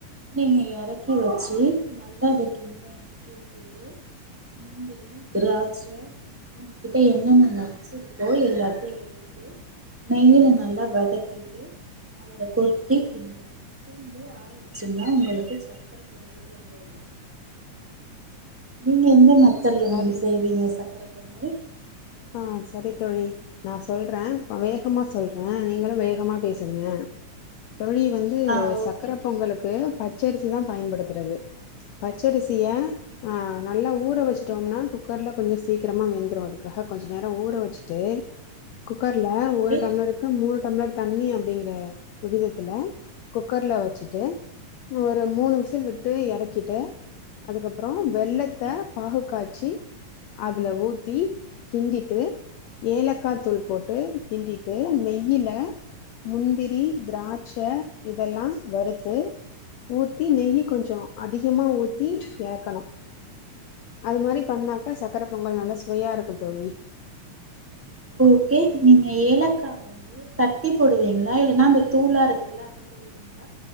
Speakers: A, in the centre; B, on the left (about 75°).
A: நீங்க எறக்கி வச்சு நல்லா அத கிண்டனு கிண்டிட்டு முந்திரி திராட்ச உங்ககிட்ட என்னென்ன நட்ஸ் இருக்கோ எல்லாத்தையு எடுத்து நெய்யில் நல்லா வதக்கிட்டு அதுல கொட்டி கிண்டணு கிண்டி ஆர வச்சுன்னா உங்களுக்குச் க்கர பொங்கல் ரெடியாய்டு நீங்க எந்த மத்தெல்லமும்
B: சரி
A: செய்வீங்க சக்கர பொங்கல்
B: ஆஹ் சரி தோழி நா சொல்ற நா வேகமா சொல்ற நீங்களு வேகமா பேசுங்க தோழி வந்து
A: ஆ ஓகே
B: சக்கர பொங்கலுக்கு பச் பச்சரிசி தா பயன்படுத்துறது பச்சரிசிய ஆஹ் நல்லா ஊற
A: ஓகே
B: வச்சுட்டோம்னா குக்கர்ல கொஞ்சு சீக்கிரமா வெந்துரு அது காக கொஞ்சு நேரோ ஊற வச்ட்டு குக்கர்ல
A: ஓகே
B: ஒரு டம்ளருக்கு மூணு டம்ளர் தண்ணி அப்டிங்கிற விகிதத் துல குக்கர்ல வச்சுட்டு இன்னு ஒரு மூணு உசில்
A: ஓகே
B: விட்டு எறக்கிட்டு அதுக்கப்புறோ வெல்லத்த
A: ஓகே
B: பாகு காச்சி அதுல ஊத்தி கிண்டிட்டு ஏலக்கா தூள் போட்டு கிண்டிட்டு நெய்யில முந்திரி திராட்ச இதெல்லா வறுத்து ஊத்தி நெய்யி கொஞ்சோ அதிகமா ஊத்தி எறக்கணு அது மாரி பண்ணாக்கா சக்கர பொங்கல் நல்லா சுவையா இருக்கு தோழி
A: ஓகே நீங்க ஏலக்கா வந்து தட்டி போடுவீங்ளா இல்லன்னா அந்த தூளா இருக்குல்ல அத போடுவீங்ளா